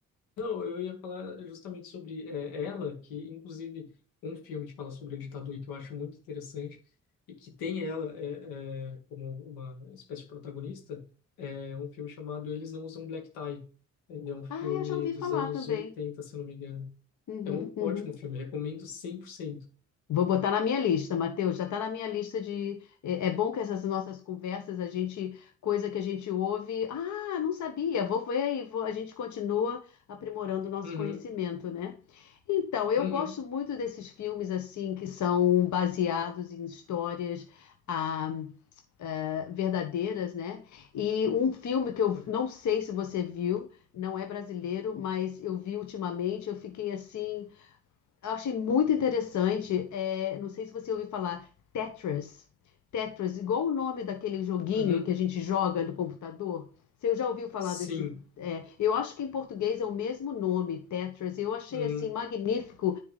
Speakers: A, on the left; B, on the left.
A: não, eu ia falar justamente sobre eh, ela, que inclusive um filme que fala sobre a ditadura e que eu acho muito interessante e que tem ela eh, eh, como uma espécie de protagonista, é um filme chamado Eles Não Usam Black Tie. Ele é um filme
B: Ah, eu já ouvi
A: dos
B: falar
A: anos
B: também.
A: 80 se eu não me engano.
B: Uhum,
A: É um
B: uhum.
A: ótimo filme, recomendo 100%.
B: Vou botar na minha lista, Matheus, já está na minha lista de. É, é bom que essas nossas conversas, a gente, coisa que a gente ouve, ah, não sabia, vou ver e vou- a gente continua aprimorando o nosso
A: Uhum,
B: conhecimento, né? Então, eu
A: uhum,
B: gosto muito desses filmes assim que são baseados em histórias ah, eh, verdadeiras, né? E um filme que eu
A: uhum,
B: não sei se você viu, não é brasileiro, mas eu vi ultimamente, eu fiquei assim eu achei muito interessante, é, não sei se você ouviu falar, Tetris. Tetris, igual o nome daquele joguinho
A: uhum.
B: que a gente joga no computador. Você já ouviu falar
A: sim,
B: desse? é, eu acho que em português é o mesmo nome, Tetris. Eu achei
A: uhum,
B: assim magnífico